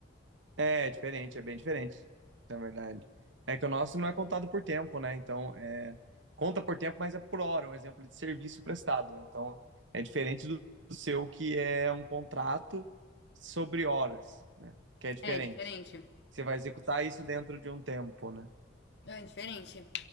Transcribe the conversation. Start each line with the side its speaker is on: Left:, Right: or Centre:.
Right: É, diferente, é bem diferente, na verdade. É que o nosso não é contado por tempo, né? Então, é, conta por tempo, mas é por hora, um exemplo de serviço prestado. Então, é diferente do do seu, que é um contrato sobre horas, né? Que é diferente.
Left: É diferente.
Right: Você vai executar isso dentro de um tempo, né?
Left: É diferente.